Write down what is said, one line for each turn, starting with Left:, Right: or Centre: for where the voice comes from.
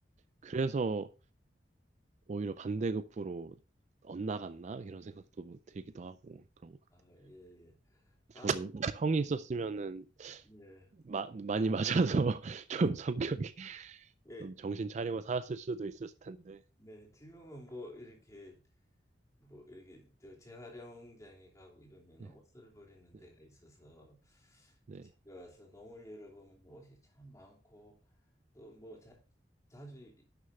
Right: 그래서 오히려 반대급부로 엇나갔나? 이런 생각도 들기도 하고, 그런 것 같아요.
Left: 아, 예, 예. 아,
Right: 저도 뭐 형이 있었으면은,
Left: 네.
Right: 마- 많이 맞아서,
Left: <laughs>
Right: <laughs> 좀 성격이,
Left: 예,
Right: 좀 정신 차리고 살았을 수도 있었을 텐데.
Left: 네. 지금은 뭐 이렇게 뭐 이렇게 저 재활용장에 가고 이러면
Right: 네,
Left: 옷을 버리는
Right: 네,
Left: 데가 있어서
Right: 네.
Left: 이 집에 와서 농을 열어보면 옷이 참 많고 또 뭐 자, 자주